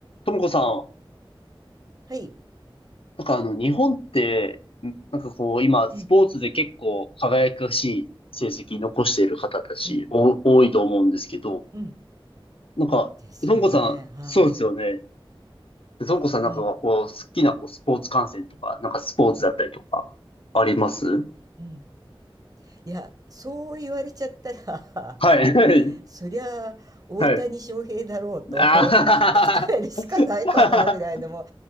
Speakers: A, on the left (about 80°); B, on the right (about 40°).
A: ともこさん、
B: はい。
A: なんかあの、日本って、んなんかこう、今、スポーツで結構輝かしい成績残している方たち、
B: うん、うん、
A: お、多いと思うんですけど、
B: うん。
A: なんか、
B: ですよね。
A: ともこさん、
B: はい。
A: そうですよね。でともこさんなんかはこう、
B: うん、
A: 好きなこうスポーツ観戦とか、なんかスポーツだったりとか、あります
B: うん。いや、そう言われちゃったら、
A: はい、はい、
B: <laughs> そりゃ、大谷翔平だろうと
A: はい。あは
B: <laughs> 答えるしかないかな、
A: はは
B: ぐらいのもう、